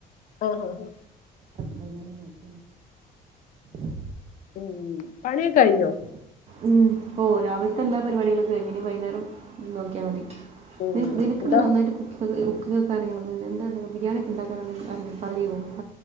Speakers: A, on the left; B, on the right.
A: ആഹ ഹാ ഹാ
B: വൈകുന്നേരം നോക്കി <unintelligible>
A: ഉം പണിയൊക്കെഴിഞ്ഞോ
B: ഉം ഓ രാവിൽത്തെ എല്ലാ പരിപാടികളും കഴിഞ്ഞ്. ഇനി വൈന്നേരം നോക്കിയാ മതി.
A: ഉം
B: നിനക്കല്ലെ
A: എന്താ
B: നന്നായിട്ട് കുക്കി ന്ന് ഉക്കിങ്ങൊക്ക അറിയണണത് എന്താണ്ട ബിരിയാണിയൊക്കെ <unintelligible> അറിയോ